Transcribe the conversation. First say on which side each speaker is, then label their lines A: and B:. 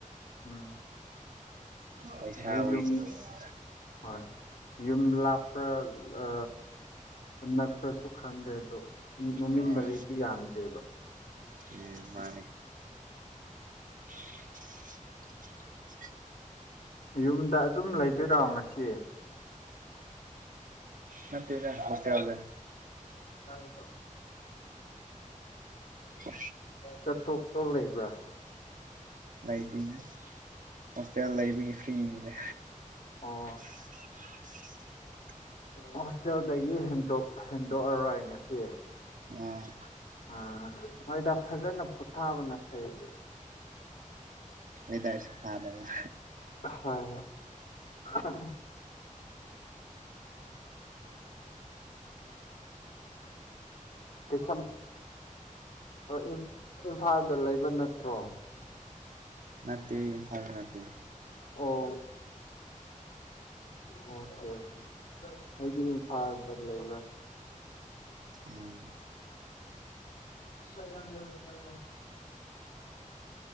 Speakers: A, on the left; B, on the right.
A: ꯎꯝ
B: ꯄꯩꯁꯥ
A: ꯌ
B: ꯋꯦꯁ ꯇꯧꯕ
A: ꯍꯣꯏ ꯌꯨꯝ ꯂꯥꯞꯄ꯭ꯔꯥ ꯑ ꯅꯛꯄ꯭ꯔꯁꯨ ꯈꯪꯗꯦ ꯑꯗꯣ ꯅꯨꯃꯤꯠ
B: ꯑꯥ
A: ꯃꯔꯤꯁꯤ ꯌꯥꯝꯗꯦꯕ
B: ꯎꯝ ꯃꯥꯅꯦ <inaudible>
A: ꯌꯨꯝꯗ ꯑꯗꯨꯝ ꯂꯩꯗꯣꯏꯔꯣ ꯉꯁꯤ
B: ꯅ ꯇ ꯁꯦ ꯌꯥꯎꯗꯦ
A: ꯀꯄꯣ
B: ꯎ
A: ꯆꯠꯊꯣꯛꯇ ꯂꯩꯕ꯭ꯔꯥ
B: ꯂꯩꯇꯅꯦ ꯍꯣꯁꯇꯦꯜ ꯂꯩꯕꯒꯤ ꯐ꯭ꯔꯤꯅꯤꯅꯦ
A: ꯑꯣ
B: <inaudible>
A: ꯍꯣꯁꯇꯦꯜꯗꯒꯤ ꯍꯦꯟꯗꯣꯛꯑꯔꯣꯏ ꯉꯁꯤ
B: ꯎꯝ
A: ꯑ ꯍꯣꯏꯗ ꯐꯖꯅ ꯄꯣꯊꯥꯕꯅ ꯐꯩ
B: ꯏꯗꯔꯁꯤ ꯊꯥꯗ ꯌꯥ
A: ꯍꯣꯏ ꯍꯣꯏ
B: ꯎ
A: ꯀ ꯁꯝ ꯎꯝ ꯏꯝꯐꯥꯜꯗ ꯂꯩꯕ ꯅꯠꯇ꯭ꯔꯣ
B: ꯅꯅꯥꯇꯦ ꯐꯜ ꯅꯅꯥꯇꯦ
A: ꯑꯣ ꯑꯣꯀꯦ ꯑꯣꯀꯦꯗꯤ ꯐꯔ ꯐ ꯂꯩ
B: ꯎꯝ
A: ꯐꯅ ꯌꯥ ꯌꯥ